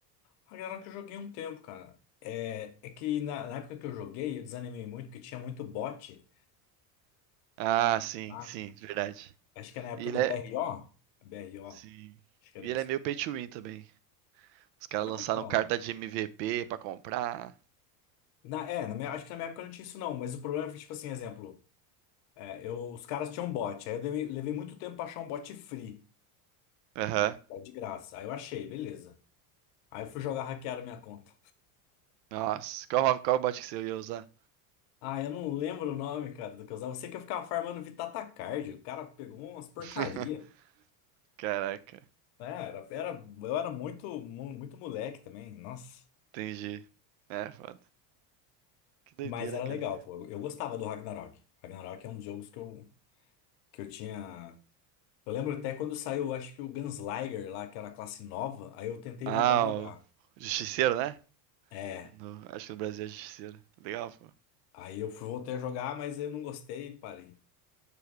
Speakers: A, on the left; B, on the right.
A: Ragnarok eu joguei um tempo, cara. É, é que na, na época que eu joguei, eu desanimei muito, porque tinha muito bot,
B: Ah, sim,
A: saca?
B: sim, verdade.
A: Acho que é na época
B: E ele
A: do
B: é
A: BRO. BRO,
B: sim.
A: acho que
B: E
A: era
B: ele
A: isso.
B: é meio pay to win também. Os caras
A: Não,
B: lançaram
A: então,
B: carta de MVP pra comprar.
A: na, é, na minha- acho que na minha época não tinha isso não, mas o problema foi, tipo assim, exemplo, é, eu, os caras tinham bot, aí eu dei- levei muito tempo pra achar um bot free,
B: Aham.
A: tá, de graça. Aí eu achei, beleza. Aí eu fui jogar, hackearam minha conta.
B: Nossa, qual qual bot que você ia usar?
A: Ah, eu não lembro o nome, cara, do que eu usava. Eu sei que eu ficava farmando Vitatacard, o cara pegou umas porcaria.
B: <laughs> Caraca,
A: É, era, era- eu era muito, mu- muito moleque também, nossa.
B: entendi. É foda. Que doideira,
A: Mas era
B: cara.
A: legal, pô. Eu, eu gostava do Ragnarok. Ragnarok é um dos jogos que eu, que eu tinha. Eu lembro até quando saiu, acho que o Gunslinger lá, que era a classe nova, aí eu tentei
B: Ah,
A: voltar a Ah, jogar.
B: o Justiceiro, né?
A: É,
B: No- acho que no Brasil é Justiceiro. Legal, pô.
A: aí eu fui, voltei a jogar, mas eu não gostei e parei.